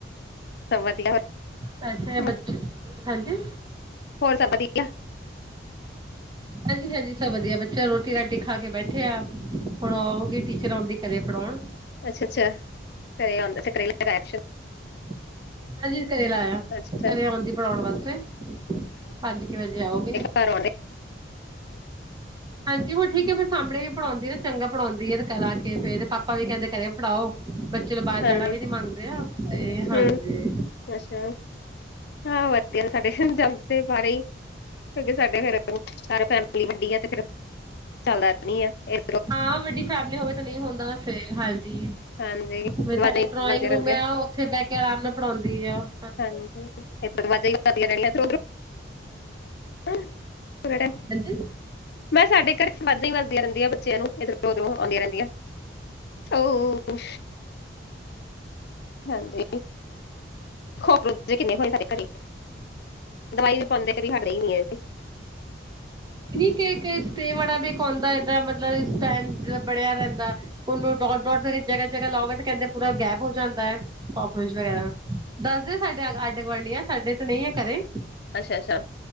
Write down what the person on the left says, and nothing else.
ਸਭ ਵਧੀਆ
ਹੋਰ
ਹੋਰ ਸਬ ਵਧੀਆ?
ਅੱਛਾ- ਅੱਛਾ ਘਰੇ ਆਉਂਦੇ ਘਰੇ ਲਗਾਇਆ ਟਿਊਸ਼ਨ।
ਅੱਛਾ
ਘਰੇ ਆਊਨੇ।
ਹਾਂਜੀ
ਹੂੰ ਅੱਛਾ ਜੀ। ਹਾਂ ਵਧੀਆ ਸਾਡੇ ਜਾਂਦੇ ਬਾਰੇ ਹੀ, ਕਿਉਂਕਿ ਸਾਡੇ ਫੇਰ ਸਾਰੇ ਫੈਮਲੀ ਵੱਡੀ ਆ ਤੇ ਫੇਰ ਚੱਲਦਾ ਨਹੀ ਆ, ਫੇਰ
ਹਾਂਜੀ
ਆਵਾਜ਼ਾਂ
ਹੀ
ਵੱਜਦੀਆਂ
ਰਹਿੰਦੀਆਂ
ਹਾਂਜੀ ਵਜ ਵਧ <unintelligible> ਹ <inaudible>
ਮੈਂ ਸਾਡੇ ਘਰੇ ਵਾਜਾ ਹੀ ਵਜਦੀਆਂ ਰਹਿੰਦੀਆਂ ਬੱਚਿਆਂ ਨੂੰ ਇਧਰੋਂ- ਉਧਰੋਂ ਆਉਂਦੀਆਂ ਰਹਿੰਦੀਆਂ। ਓ ਹੋ ਹਾਂਜੀ ਹੋਰ ਬੱਚੇ ਕਿੰਨੇ ਤੁਹਾਡੇ ਘਰੇ? ਦਵਾਈ ਵੀ ਪਾਉਂਦੇ ਕਦੀ ਹਟਦੇ ਹੀ ਨਹੀਂ ਇਹ ਤੇ।
ਅੱਛਾ- ਅੱਛਾ